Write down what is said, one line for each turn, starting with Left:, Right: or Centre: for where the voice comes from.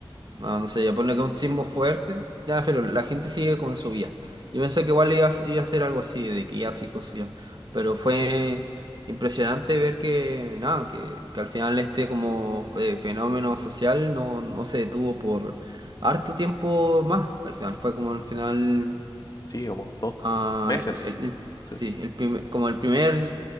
Right: no, no sé, ya pone que un sismo fuerte. Ya, pero la gente sigue con su vida. Yo pensé que igual iba, a iba a ser algo así, de que ya sí con su vida. Pero fue impresionante ver que, nada, que, que al final este como eh, fenómeno social no, no se detuvo por harto tiempo más. Al final fue como al final
Left: Sí, como dos
Right: Ah,
Left: meses.
Right: el- el-
Left: ¿no? Sí,
Right: sí, el primer- como el primer